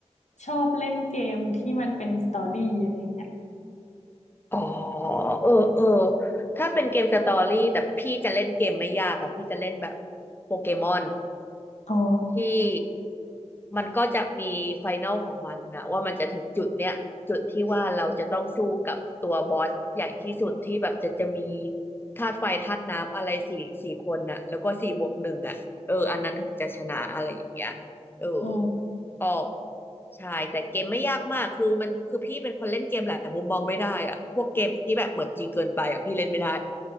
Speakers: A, on the left; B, on the left.
A: ชอบเล่นเกมที่มันเป็นสตอรี่อะไรเงี้ย
B: อ๋อเออเออถ้าเป็นเกมสตอรี่แต่พี่จะเล่นเกมไม่ยากอะพี่จะเล่นแบบโปเกมอน
A: อ๋อ
B: ที่มันก็จะมีไฟแนลของมันนะว่ามันจะถึงจุดเนี้ยจุดที่ว่าเราจะต้องสู้กับตัวบอสใหญ่ที่สุดที่แบบจะจะมีธาตุไฟธาตุน้ำอะไรสี่สี่คนน่ะแล้วก็สี่บวกหนึ่งอ่ะเอออันนั้นถึงจะชนะอะไรอย่างเงี้ยเออ
A: อ๋อ
B: ก็ใช่แต่เกมไม่ยากมากคือมันคือพี่เป็นคนเล่นเกมหลายมุมมองไม่ได้อ่ะพวกเกมที่แบบเหมือนจริงเกินไปอ่ะพี่เล่นไม่ได้